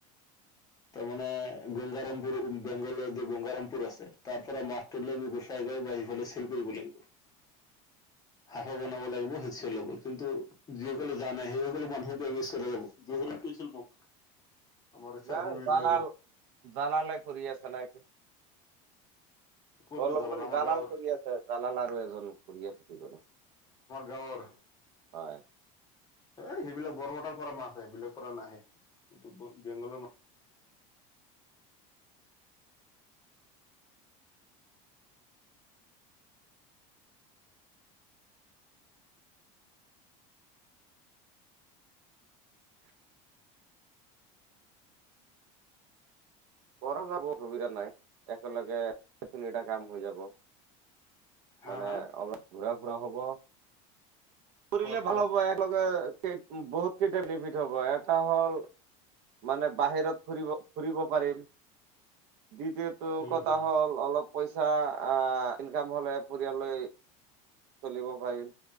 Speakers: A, on the left; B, on the right.
A: তাৰ মমানে গংগাৰামপুৰ বেংগলৰ য গংগাৰামপুৰ আছে তাৰ পৰা মাছটো গোচাই বা ইফালে চেল কৰিব লাগিব। হাফৰ বনাব লাগিব হেঁচ ল'ব কিন্তু যিসকলে জানে সেইসকলে মানুহি যাব যি শিল্পক আমাৰ চাৰফুলগুৰি
B: ন জালাল
A: জহুৰুল
B: জালালে কৰিয আছে নাইটো
A: কোনটো
B: পলম কৰি
A: আমাৰ
B: জালাল
A: গাঁৱৰ
B: কৰি আছে জালাল আৰু এজন কৰি আছে ক
A: ঘৰ
B: হয়।
A: এ সেইবিলাক বৰপেটাৰ পৰা মাছ আহে। সেইবিলাক পৰা নাহে এই বেংগলৰ মাছ
B: <inaudible> কৰা যাব অসুবিধা নাই একেলগে তিনিটা কাম হৈ যাব।
A: হা
B: মানে
A: হা
B: অলপ ঘূৰা ফুৰা হ'ব। কৰিলে
A: কত
B: ভাল
A: কত
B: হ'ব একেলগেেই বহুত কেইটা বেনিফিট হ'ব। এটা হ'ল মানে বাহিৰত ফুৰিব ফুৰিব পাৰিম। দ্বিতীয়টো
A: হম
B: কথা
A: হম
B: হ'ল অলপ পইচা আহ ইনকাম হ'লে পৰিয়াললৈ চলিব পাৰি।